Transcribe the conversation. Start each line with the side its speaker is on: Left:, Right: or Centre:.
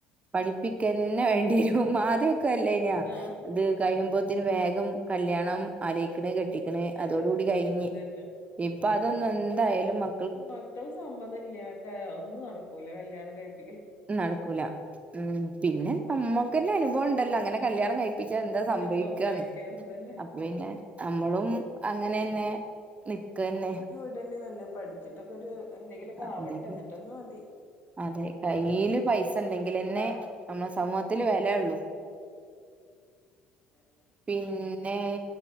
Right: പഠിപ്പിക്കെന്നെ വേണ്ടിരും ആദ്യക്കെ അല്ലായ്ന്നൊ
Left: ആഹ്
Right: ത് കഴിയുമ്പോത്തിന് വേഗം കല്യാണം അലോയ്ക്ക്ണ് കെട്ടിക്ക്ണ്
Left: അതന്നെ
Right: അതോടുകൂടി കഴിഞ്ഞ്
Left: അതന്നെ
Right: ഇപ്പൊ അതൊന്നും എന്തായാലും മ
Left: ഇപ്പ മക്കളെ സമ്മതം ഇല്ലാണ്ടെ ഒന്നും നടക്കൂല കല്യാണം കഴിപ്പി
Right: നടക്കൂല ഉം പിന്നെ നമ്മുക്ക്ന്നെ അനുഭവം അനുഭവം ഉണ്ടല്ലോ
Left: അതന്നെ
Right: അങ്ങനെ കല്യാണം കഴിപ്പിച്ചാ എന്താ സംഭവിക്കാന്ന്
Left: സംഭവിക്കാ അതന്നെ
Right: അപ്പൊ പിന്നെ നമ്മളും അങ്ങനെന്നെ നിക്കെന്നെ
Left: ഇത് വിടന്നെ നല്ലത് പഠിച്ചിട്ടൊക്കെ ഒരു എന്തെങ്കിലുമൊക്കെ ആവട്ടെ
Right: എന്തെങ്കിലും
Left: ഇന്നട്ടെന്നെ മതി
Right: അതെ കയ്യില് പൈസ ണ്ടെങ്കിലെന്നെ
Left: ആ
Right: നമ്മളെ സമൂഹത്തില് വെലഒള്ളു
Left: അതന്നെ അതന്നെ അല്ല
Right: പിന്നെ